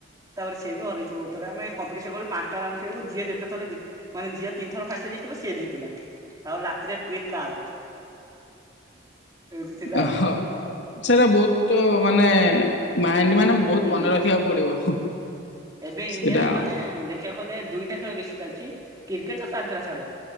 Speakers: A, on the right (about 20°); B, on the left (about 70°).
A: ତାପରେ ସିଏବି ହରେଇଚି ବହୁତ ଥର। ଆମେ କମ୍ପିଟିସନ କରିକି ପାଞ୍ଚଟା ରାଉଣ୍ଡ ଖେଳିବୁ ଯିଏ ଯେତ ଥର ମାନେ ଯିଏ ତିିନି ଥର ଫାଷ୍ଟେ ଜିତିବ ସେ ଜିତିଲା। ଆଉ ରାତିରେ ଟ୍ରିଟ ତାର। ଏମିତି ଥିଲା
B: ଅହଃ
A: ଆଉ।
B: ସେଟା ବହୁତ ମାନେ ମାଇଣ୍ଡ ମାନେ ବହୁତ
A: ହୁଁ
B: ମନେ ରଖିବାକୁ ପଡିବ।
A: ଏବେ ଇଣ୍ଡିଆରେ
B: ସେଇଟା ଆଉ
A: ମାନେ ଦେଖିବାକୁ ଗଲେ ଦୁଇଟା ଖେଳ ବେଶୀ ଚାଲିଚି କ୍ରିକେଟ ତ ଚାଲିଥିଲା ଛାଡ।